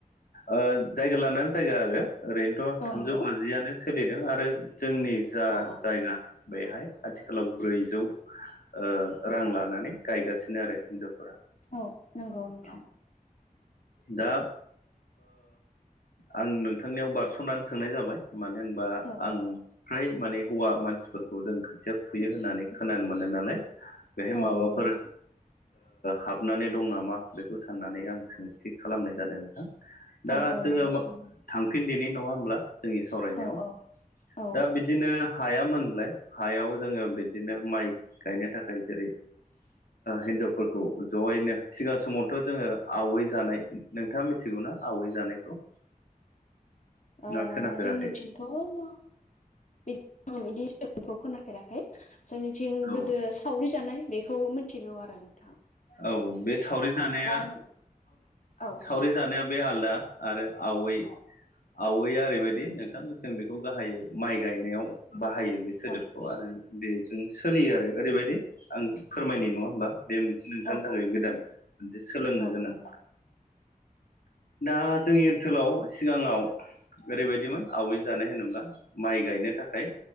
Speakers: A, on the left; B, on the left.
A: ओ जायगा लानानै जायगा आरो ओरैनोथ'
B: औ
A: थामजौ
B: नंगौ
A: बाजियनो सोलिदों आरो जोंनि जा
B: औ औ
A: जायगा बेहाय आथिखालाव ब्रैजौ ओ रां
B: औ
A: लानानै गायगासिनो आरो हिनजावफोरा
B: औ नंगौ नोंथां।
A: औ दा आं नोंथांनियाव बारस'नानै सोंनाय जाबाय मानो होनबा
B: औ
A: आं
B: औ औ
A: फ्राय माने हौवा मानसिफोरखौ जों खोथिया फुयो होननानै खोनानो मोनो नालाय बेहाय
B: औ
A: माबाफोर
B: नंगौ नोंथां
A: हाबनानै दं नामा बेखौ साननानै आं सों थिग खालामनाय जादों नोंथां दा
B: औ औ
A: जोङो
B: नंगौ जोबोद
A: फिनदिेनाय नङा होमब्ला जोंनि सावरायनायाव
B: औ औ औ ओ
A: दा बि बिदिनो हाया मोनल हायाव जोङो बिदिनो माइ गायनो थाखाय जेरै हिनजावफोरखौ जयैनो सिगां समावथ' जोङो आवै जानाय नोंथाङा मिथिगौना आवै जानायखौ
B: अ
A: ना खोनाफेराखै
B: जोंनिथिं थं बिदिखौ खोनफेराखै जोंनि जं
A: औ
B: गोदो सावरि जानाय बेखौ मिथिगौ आरो नों
A: औ बे सावरि जानाया
B: रां औ
A: सावरि
B: औ
A: जानाया बे आलदा आरो आवै
B: औ
A: आवैया ओरैबायदि नोंथां जों बेखौ गाहायै माइ गायनायाव बाहायो बे सोदोबखौ
B: औ
A: आरो बेजों सोलियो आरो ओरैबायदि आं फोरमायनाय नङा होमबा बे मोनसे नोंथांनि
B: औ
A: थाखाय
B: औ
A: गोदान मोनसे सोलोंनो
B: औ
A: गोनां
B: नंगौ
A: दा जोंनि ओनसोलाव सिगाङाव ओरैबायदिमोन आवाय जानाय होनोब्ला माइ गायनो थाखाय